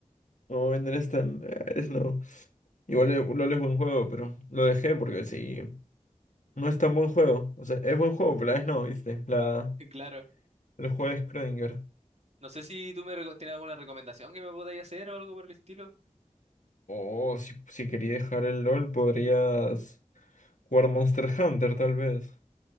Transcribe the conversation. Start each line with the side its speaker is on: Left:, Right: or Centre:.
Left: No, en es tan... Es no. Igual el LOL es buen juego, pero lo dejé porque sí, no es tan buen juego. O sea, es buen juego, pero la vez no, ¿viste? La,
Right: <laughs> Claro.
Left: el juego de Schrödinger.
Right: No sé si tú me reco- tienes alguna recomendación que me podáis hacer o algo por el estilo.
Left: Oh, si, si quería dejar el LOL, podrías jugar Monster Hunter, tal vez.